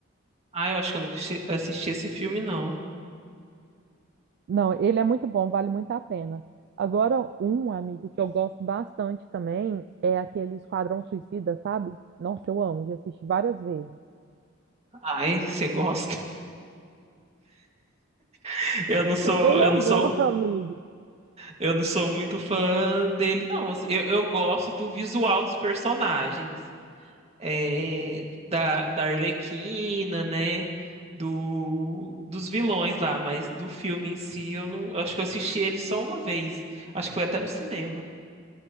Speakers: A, on the right; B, on the right.
A: Ah, eu acho que eu nunca assisti assisti esse filme, não.
B: Não, ele é muito bom, vale muito a pena. Agora, um amigo que eu gosto bastante também é aquele Esquadrão Suicida, sabe? Nossa, eu amo, já assisti várias vezes.
A: Ai, você gosta? <laughs> Eu não sou,
B: Ele
A: eu
B: é
A: não
B: bom,
A: sou,
B: <laughs> amigo.
A: eu não sou muito fã dele, não. assim, eu, eu gosto do visual dos personagens, é, da, da Arlequina, né? Do, dos vilões lá, mas do filme em si, eu não, eu acho que eu assisti ele só uma vez. Acho que foi até no cinema.